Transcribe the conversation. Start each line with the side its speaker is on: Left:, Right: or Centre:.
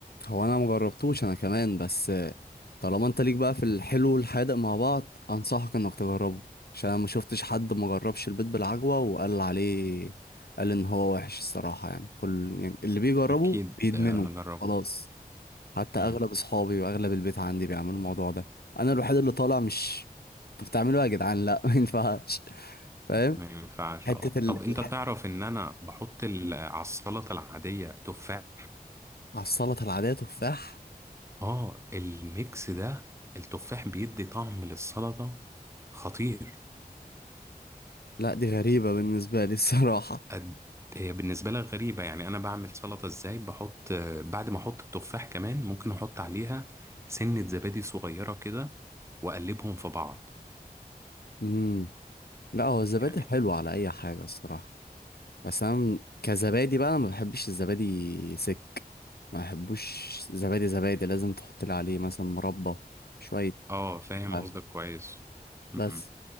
Left: هو انا مجربتوش انا كمان بس طالما انت ليك بقى في الحلو والحادق مع بعض انصحك انك تجربه عشان انا ما شفتش حد ما جربش البيت بالعجوة وقال عليه قال ان هو وحش الصراحة يعني كل يعني اللي بيجربه
Right: أكيد
Left: بيدمنه
Right: آه، هجربه
Left: خلاص حتى
Right: مم.
Left: اغلب اصحابي واغلب البيت عندي بيعملوا الموضوع ده انا الوحيد اللي طالع مش انتوا بتعملوا إيه يا جدعان لا <laughs> ما ينفعش فاهم
Right: ما ينفعش
Left: حتة
Right: اه
Left: ال...
Right: طب انت
Left: الح...
Right: تعرف ان انا بحط ال- على السلطه العاديه تفاح
Left: على السلطة العادية تفاح
Right: اه الميكس ده التفاح بيدي طعم للسلطه خطير
Left: لا دي غريبة بالنسبة لي الصراحة
Right: قد- هي بالنسبه لك غريبه يعني انا بعمل سلطه ازاي بحط بعد ما احط التفاح كمان ممكن احط عليها سنه زبادي صغيره كده واقلبهم في بعض
Left: مم. لا هو الزبادي
Right: يعني
Left: حلو على اي حاجه الصراحه بس انا كزبادي بقى ما بحبش الزبادي سك ما بحبوش زبادي زبادي لازم تحط لي عليه مثلا مربى شويه
Right: اه فاهم
Left: فاكهة.
Right: قصدك كويس م-
Left: بس